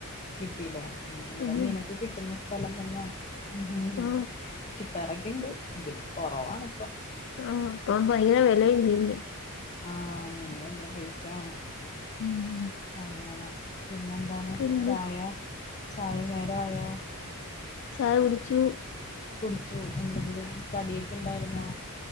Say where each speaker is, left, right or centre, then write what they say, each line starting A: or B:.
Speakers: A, on the left; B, on the left.
A: കിട്ടില്ലേ മ് ഇവിടെ
B: ഉം
A: മീനൊക്കെ കിട്ടുന്നു സ്ഥലം തന്നെയാണ് മ്
B: ആ
A: കിട്ടാറൊക്കെയുണ്ട് ങ്കിലും കൊറവാണ്
B: ആ പ ഭയങ്കര വെലയാ മീന്
A: ആ മീന് ഭയങ്കര പൈസയാണ്
B: ഉം
A: അങ്ങനെ പിന്നെന്താണ്
B: പിന്നെ
A: ചായ ചായ നേരം ആയോ
B: ചായ കുടിച്ചു
A: കുടിച്ചോ എന്തെങ്കിലും കടിയൊക്കെ ഒ ണ്ടാരുന്നോ